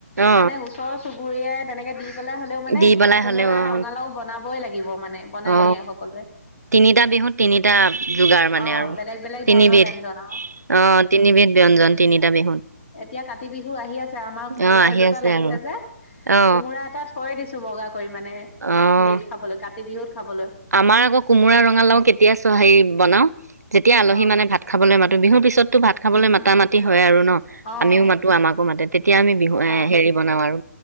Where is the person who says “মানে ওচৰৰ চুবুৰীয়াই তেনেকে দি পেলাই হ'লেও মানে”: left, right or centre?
Left